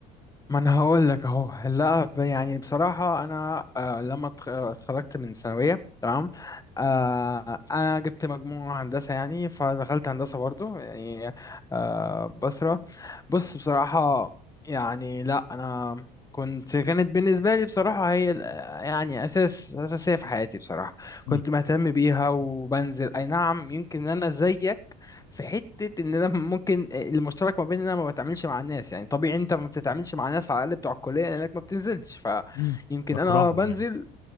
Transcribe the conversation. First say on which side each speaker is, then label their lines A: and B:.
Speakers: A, on the left; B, on the left.
A: ما انا هقول لك اهو لا ب- يعني بصراحه انا آه لما اتخ- اتخرجت من ثانويه تمام آه انا جبت مجموع هندسه يعني فدخلت هندسه برضو يعني آه بصرة بص بصراحه يعني لا انا كنت كانت بالنسبه لي بصراحه هي ال- يعني اساس اساسيه في حياتي بصراحه كنت
B: امم
A: مهتم بيها وبنزل اي نعم يمكن انا زيك في حتة ان انا ممكن المشترك ما بين ان انا ما بتعاملش مع الناس يعني طبيعي انت ما بتتعاملش مع ناس على الاقل بتوع الكلية لانك ما بتنزلش فيمكن
B: امم بكرههم
A: انا اه بنزل
B: يعني